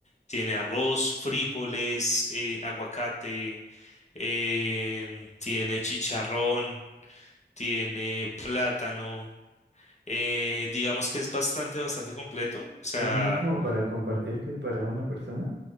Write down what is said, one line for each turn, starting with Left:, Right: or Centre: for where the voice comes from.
Left: tiene arroz, frijoles, eh, aguacate, em, tiene chicharrón, tiene plátano, eh, digamos que es bastante, bastante completo, o sea,
Right: Es más como para compartir que para una persona.